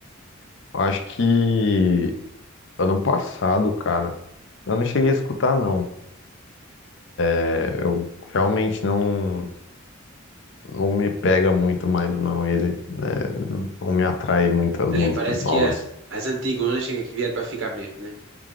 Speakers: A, on the left (about 65°); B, on the right (about 65°).
A: acho que ano passado, cara. Eu não cheguei a escutar, não. É, Eu realmente não, não me pega muito mais, não, ele, né? Não me atrai muito as músicas
B: É, parece
A: novas.
B: que é- as antigonas que que vieram pra ficar mesmo, né?